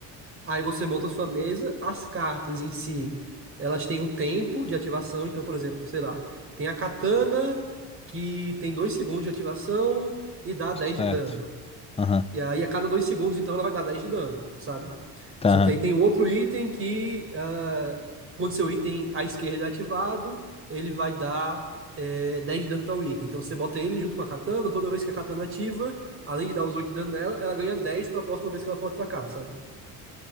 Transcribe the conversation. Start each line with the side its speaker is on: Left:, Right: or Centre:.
Right: Aí você monta a sua mesa, as cartas em si, elas têm um tempo de ativação, então, por exemplo, sei lá, tem a katana que tem 2 segundos de ativação e dá 10
Left: Certo.
Right: de dano.
Left: Aham,
Right: E aí a cada 2 segundos então ela vai dar 10 de dano, sabe?
Left: tá.
Right: Só que aí tem um outro item que, ah, quando seu item à esquerda é ativado, ele vai dar eh, 10 de dano para o item. Então você bota ele junto com a katana, toda vez que a katana ativa, além de dar os 8 de dano dela, ela ganha 10 para a próxima vez que ela for atacar, sabe?